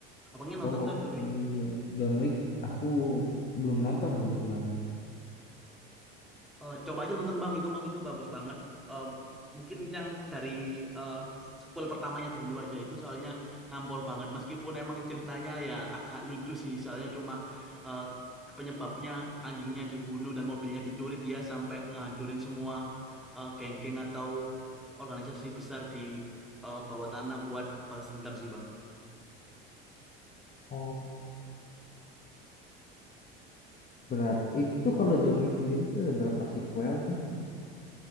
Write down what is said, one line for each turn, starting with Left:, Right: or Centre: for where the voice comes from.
Centre: Abangnya nonton
Left: Oh,
Centre: kah
Left: oke.
Centre: John Wick?
Left: John, John Wick, aku belum nonton kebetulan.
Centre: Eh, coba aja nonton Bang itu Bang itu bagus banget. Eh, mungkin yang dari eh, sequel pertamanya dulu aja itu soalnya nampol banget meskipun emang ceritanya ya agak lucu sih soalnya cuma eh, penyebabnya anjingnya dibunuh dan mobilnya dicuri dia sampai ngehancurin semua eh, geng-geng atau organisasi besar di eh, bawah tanah buat balas dendam sih Bang.
Left: Oh, berat. Itu tuh kalau John Wick sendiri tuh ada berapa sequel sih?